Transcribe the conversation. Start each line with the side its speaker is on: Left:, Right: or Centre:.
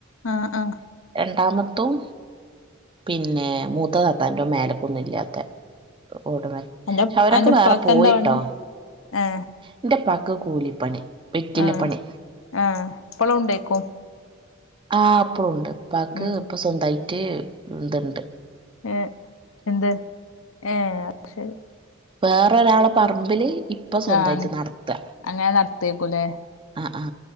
Left: ആ ആ
Right: രണ്ടാമത്തും പിന്നെ മൂത്ത താത്താൻ്റെമേല ാത്ത ഓടുമൻ
Left: അന്റെ
Right: വ അവരൊക്കെ
Left: അന്റെ ഉപ്പാക്ക്
Right: വേറെ പോയിട്ടോ
Left: എന്താ പണി ഏ
Right: എന്റെ പ ക്ക് കൂലിപ്പണി വെറ്റിലപ്പണി
Left: ആ ആ ഇപ്പോള ഉണ്ടേക്കും
Right: ആ അപ്പളുണ്ട് പാക്ക്
Left: ഉം
Right: ഇപ്പൊ സ്വന്തഇ മറ്റ ന്തുണ്ട്
Left: ഏ എന്ത് ഏ ശരി
Right: വേറൊരാളെ പറമ്പില് ഇപ്പൊ സ്വന്തമായിട്ട്
Left: ആഹ്
Right: നടത്ത
Left: അങ്ങനെ നടത്തിയേക്കൂലേ
Right: ആ ആ